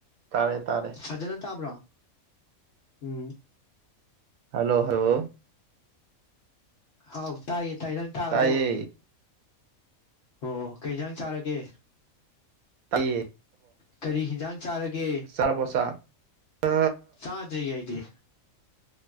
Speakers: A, on the right; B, on the left.
A: ꯇꯥꯔꯦ ꯇꯥꯔꯦ
B: ꯐꯖꯅ ꯇꯥꯕ꯭ꯔꯥ ꯎꯝ
A: ꯍꯜꯂꯣ ꯍꯜꯂꯣ
B: ꯍꯥꯎ ꯇꯥꯏꯌꯦ ꯇꯥꯏ ꯅꯪ ꯇꯥꯔꯕꯣ
A: ꯇꯥꯏꯌꯦ
B: ꯍꯣꯑꯣ ꯀꯩꯁꯥꯡ ꯆꯥꯔꯒꯦ
A: ꯑꯦ
B: ꯀꯔꯤ ꯌꯦꯟꯁꯥꯡ ꯆꯥꯔꯒꯦ
A: ꯆꯥꯔꯕꯣ ꯆꯥꯛ ꯑ
B: ꯆꯥꯗ꯭ꯔꯤꯌꯦ ꯑꯩꯗꯤ